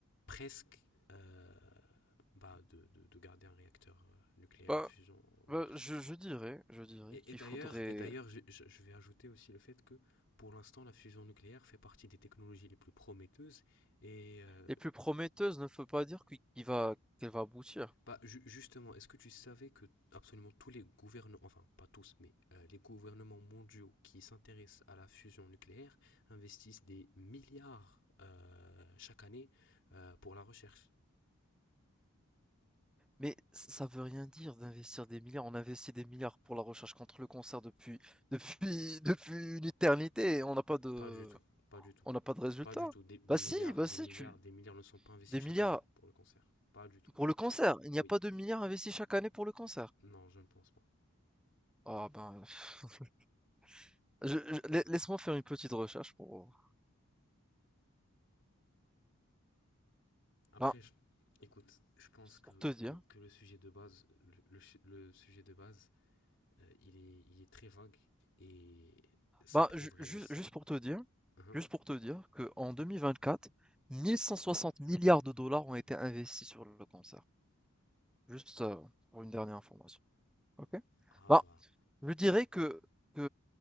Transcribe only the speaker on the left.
presque euh, bah, de, de, de garder un réacteur euh, nucléaire
à fusion en
marche.
Et,
et d'ailleurs,
et d'ailleurs, je, je- je vais ajouter aussi le fait que pour l'instant, la fusion nucléaire fait partie des technologies les plus prometteuses et euh,
Bah, ju- justement, est-ce que tu savais que absolument tous les gouvernements, enfin pas tous, mais euh, les gouvernements mondiaux qui s'intéressent à la fusion nucléaire investissent des milliards euh, chaque année euh, pour la recherche?
Pas du tout, pas du tout,
pas du tout. Des, des
milliards,
des
milliards,
des milliards ne sont pas investis
chaque année pour le cancer. Pas du tout.
Oui,
non, je ne pense pas.
Après,
je- écoute, je pense que,
que, que le sujet de base, le, le, le sujet de base, euh, il, est, il est très vague et ça
prendrait.
hein
Ah
bah,